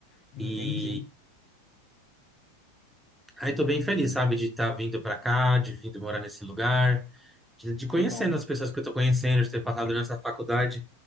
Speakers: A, on the left; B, in the centre.
A: entendi.
B: E aí tô bem feliz, sabe, de estar vindo pra cá, de vindo morar nesse lugar. de, de conhecendo
A: Que bom.
B: as pessoas que eu tô conhecendo, de ter passado nessa faculdade,